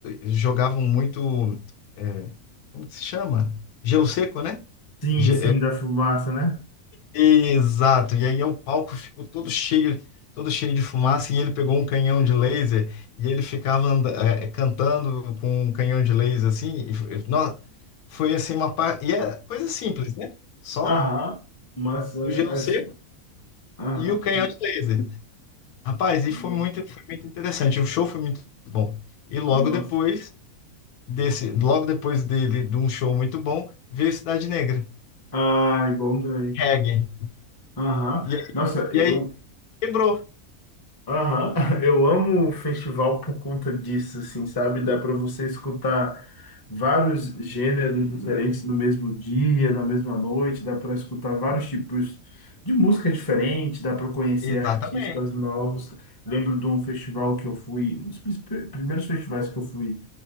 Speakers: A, on the left; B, on the left.
A: eh, jogavam muito. eh, como que se chama? Gelo seco, né?
B: Sim,
A: Ge-
B: sim,
A: eh,
B: da fumaça, né?
A: Exato. E aí é o palco ficou todo cheio, todo cheio de fumaça e ele pegou um canhão de laser e ele ficava anda- eh, cantando com um canhão de laser assim. E foi, nó- foi assim uma parte. E é coisa simples, né? Só
B: Aham, mas é,
A: o gelo
B: acho.
A: seco
B: Aham,
A: e o canhão de laser. Rapaz, e
B: no-
A: foi muito, foi muito interessante. O show foi muito bom. E logo
B: nossa.
A: depois desse, logo depois dele, de um show muito bom, veio Cidade Negra,
B: Ai, bom também.
A: reggae.
B: Aham,
A: E,
B: nossa,
A: e
B: eu
A: aí quebrou.
B: Aham, <laughs> eu amo o festival por conta disso, assim, sabe? Dá para você escutar vários gêneros diferentes no mesmo dia, na mesma noite, dá para escutar vários tipos de música diferente, dá para conhecer
A: Exatamente.
B: artistas novos. Lembro de um festival que eu fui, um dos pr- primeiros festivais que eu fui